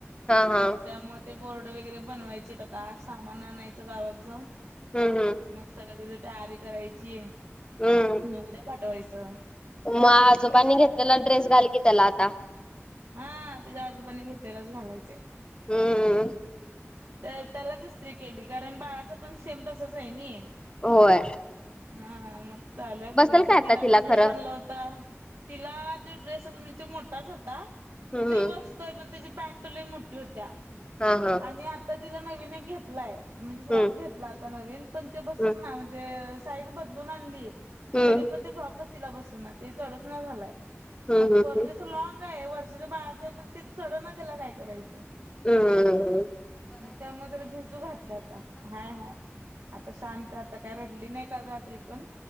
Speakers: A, on the left; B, on the right.
A: हा हा
B: मग त्यामुळे बोर्ड वगैरे बनवायचे. आता सामान आणायचं गावात जाऊन.
A: हम्म हम्म.
B: मग सगळं त्याची तयारी करायची,
A: हम्म
B: न उद्या पाठवायचं.
A: मग आजोबांनी घेतलेला ड्रेस घाल की त्याला आता.
B: हा त्याच्या आजोबानी घेतलेलाच घालायचंय.
A: हम्म‌.
B: त त्यालाच इस्त्री केली कारण बाळाच पण सेम तसच आहे नी.
A: होय.
B: हा मग चालू हाय बघायचं
A: बसेल काय आता
B: तिला पण ड्रेस
A: खरं
B: आणला होता. तिला तो ड्रेस म्हणजे तो मोठाच होता
A: हम्म
B: पण तो
A: हम्म
B: बस त पण त्याची पॅन्ट लयी मोठी होत्या
A: हा हा
B: आणि आता तिला नवीन एक घेतलाय. म्हणजे फ्रॉक
A: हम्म
B: घेतला आता नवीन पण तो बसच
A: हम्म
B: ना म्हणजे साईज बदलून आणली.
A: हम्म
B: तरी पण ते फ्रॉकच तिला बसना ते चढच ना झालाय.
A: हम्म
B: मग
A: हम्म
B: म्हणजे
A: हम्म
B: अस लॉंग आहे वर्षाच्या बाळाचं आहे पण ते चढ ना त्याला काय करायचं.
A: हम्ममम
B: मग त्यामुळे तर भिजू घातला आता हाय हाय आता शांत आता काय रडली नाही काल रात्री पण